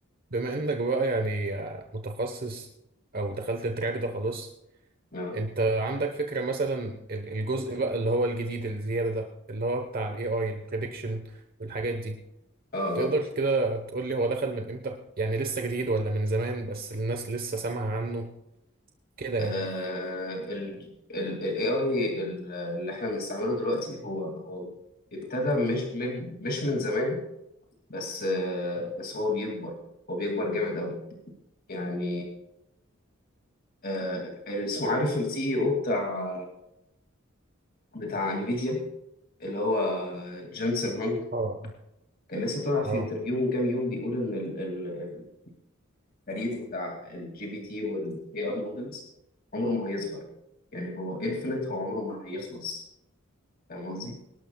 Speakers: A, on the right (about 45°); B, on the left (about 50°).
A: بما انك بقى يعني آه، متخصص او دخلت التراك ده خلاص
B: اه
A: انت عندك فكرة مثلا ال- الجزء بقى اللي هو الجديد الزيادة ده اللي هو بتاع الاي اي البريدكشن والحاجات دي
B: اه
A: تقدر كده تقول لي هو دخل من امتى يعني لسه جديد ولا من زمان بس الناس لسه سامعة عنه كده يعني
B: آه، ال ال ال AI ال- اللي احنا بنستعمله دلوقتي هو هو ابتدى مش من مش من زمان بس آه، بس هو بيكبر هو بيكبر جامد قوي يعني آه، اسمه عارف السي اي او بتاع بتاع انفيديا اللي هو جانسون هانج
A: اه
B: كان لسه طالع في
A: اه
B: انترفيو من كام يوم بيقول ان ال- ال- التاريخ بتاع الجي بي تي والاي اي مودلز عمره ما هيصغر يعني هو انفينيت هو عمره ما هيخلص فاهم قصدي؟